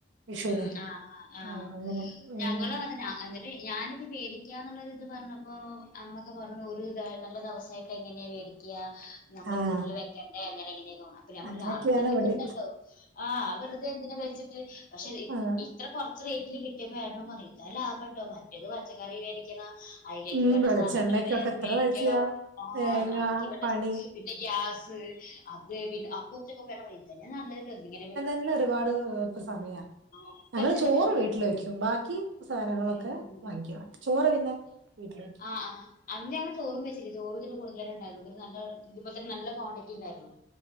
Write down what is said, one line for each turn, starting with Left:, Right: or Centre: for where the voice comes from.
Right: വിഷുവിന്
Left: ഉം ആ ആ ആ
Right: ആഹ് അങ്ങനെ ഉം
Left: ഞങ്ങളും അങ്ങനെ തന്നെ എന്നിട്ട് ഞാനിത് പേടിക്കാന്നുള്ളരി ഇത് പറഞ്ഞപ്പോ അമ്മൊക്കെ പറഞ്ഞു ഒരു ഈ നല്ല ദിവസമായിട്ട് എങ്ങനെയാണ് മേടിക്കുക നമ്മള്
Right: ആഹ്
Left: വീട്ടില് വെക്കേണ്ടേ എങ്ങനെ എങ്ങനെയക്കെ അപ്പ നമ്മൾ
Right: അങ്ങനൊക്കെയാണ്
Left: രാവിലത്തെ വെക്കണ്ടല്ലോ
Right: ഇവിടെ
Left: ആഹ് വെറുതെ എന്തിനാ വെച്ചിട്ട് പക്ഷെ
Right: ആഹ്
Left: ഇത്ര കൊറച്ച് റേറ്റില് കിട്ടിയപ്പോരണം പറയും ഇന്താ ലാഭ കേട്ടോ മറ്റേത് പച്ചക്കറി വേലിക്കുന്ന അതിലേക്ക്
Right: ഉം
Left: വേണ്ട
Right: വെളിച്ചെണ്ണക്കൊക്കെ
Left: സാധനങ്ങൾ വേറെ
Right: എത്ര
Left: മേടിക്കലോ
Right: പൈസയാ
Left: ആഹ്
Right: തേങ്ങ
Left: അതിക്ക് വേണ്ട
Right: പണി
Left: പിന്നെ ഗ്യാസ് അത് പിന്നെ ആഹ് കുറച്ചൊക്കെ വേണ്ട പറയായും ഇതന്നെ നല്ലതട്ടോ എഹ് ഇങ്ങനെ
Right: പിന്ന ഒരുപാട് സമയ
Left: ഒക്കെ
Right: ഞങ്ങള്
Left: ചെലവല്ലേ
Right: ചോറ് വീട്ടിൽ വെക്കും ബാക്കി സാധനങ്ങളൊക്കെ
Left: ഉം ഉം
Right: വാങ്ങിക്ക ചോറ് പിന്നെ <unintelligible>
Left: ആഹ് ആഹ് അന്ന്ഞങ്ങ ചോറും വച്ചില്ല ചോറ് ഇതിൻ്റെ കൂടെ തന്നെണ്ടായിരുന്നു ഒരു നല്ല ഇതിപ്പോ തന്നെ നല്ല ക്വാണ്ടിറ്റി ഉണ്ടായിരുന്നു